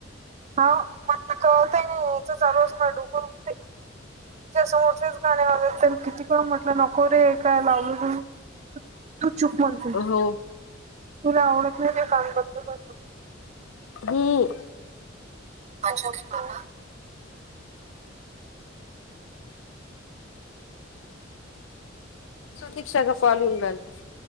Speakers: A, on the right (about 35°); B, on the left (about 70°).
A: हाव मला कळतय नाही. ईचं चालू अस. माझ डोक दुखतंय. तिच्या समोरचेच गाणे वाजवायचेन, कितीक म्हटलं नको रे. काय लावल तू? तू चूप म्हणते.
B: हो
A: तुला आवडत नाहीय कान बंदकर.
B: हम्म.
A: अचज क <unintelligible>
B: सुदिकक्षाचा कॉल येऊन राहिला.